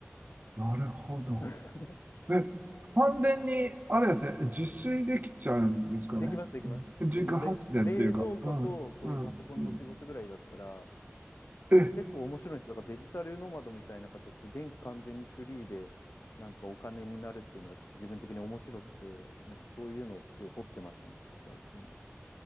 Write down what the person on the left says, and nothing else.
<laughs>
できます、できます。
そのれ、冷蔵庫とこういうパソコンの仕事ぐらいだったら、
結構面白いんです。だからデジタルノマドみたいな形で電気完全にフリーで、なんかお金になるっていうのがちょっと自分的に面白くて、なんかそういうのをすごい掘ってましたね、ここ最近は。